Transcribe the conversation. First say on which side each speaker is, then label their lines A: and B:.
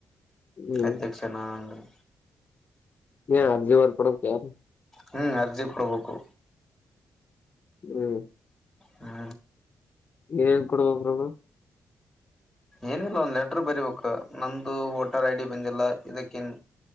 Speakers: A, on the left (about 40°); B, in the centre.
A: ಹ್ಮ್
B: ಅಧ್ಯಕ್ಷನಂಗ
A: ಹೇಳು ಅರ್ಜವರ ಪಡೋ ಕಾರ
B: ಹೂ ಅರ್ಜಿ ಕೊಡಬೇಕು
A: ಹೂ
B: ಹಾ
A: ಏನ್ೇನ್ ಕೊಡಬಬ್ರರು
B: ಏನಿಲ್ಲ ಒಂದ್ ಲೆಟರ್ ಬರಿಬೇಕ ನಮ್ದು ವೋಟರ್ ಐ ಡಿ ಬಂದಿಲ್ಲ ಇದಕ್ಕಿನ್